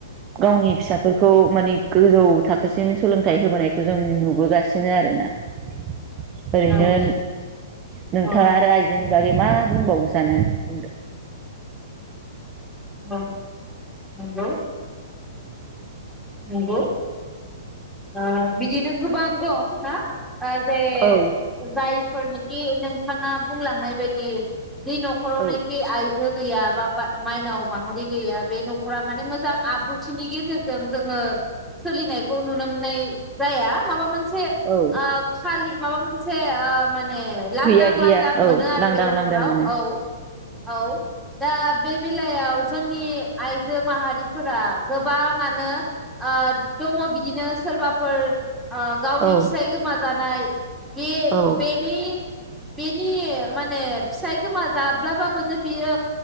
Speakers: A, in the centre; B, on the right.
A: औ
B: गावनि फिसाफोर खौ मानि गोजौ थाखोसिम सोलोंथाइ होबोनायखौ जों नुबोगासिनो आरोना । ओरैनो
A: औ
B: नोंथाङा
A: औ औ
B: आरो आइजोनि बागै मा बुंबावो सानो बुंदो ।
A: औ नंगौ । नंगौ ओ बिदिनो गोबां दं ना? ओ जे
B: औ
A: जाय फोरनोखि नोंथाङा बुंलांनाय बायदि जि नखरावनो
B: औ
A: खि आइजो गैया बा माइनाव माहारि गैया बे नखरा माने मोजां आब्रुथिनि गेजेरजों जोङो सोलिनायखौ नुनो मोननाय जाया माबा मोन से
B: औ
A: आ खालि माबा मोनसे ओ मान ए लांदां
B: गैया गैया
A: लांदां
B: औ
A: मोनो आरो
B: लांदां
A: बे नखराव
B: लांदां मोनो
A: औ औ दा बे बेलायाव जोंनि आइजो माहारिफोरा गोबाङानो ओ दङ बिदिनो सोरबाफोर ओ गावनि
B: औ
A: फिसाय गोमा जानाय बे
B: औ
A: बेनि बेनि माने फिसाय गोमा जाब्लाबाबोथ' बियो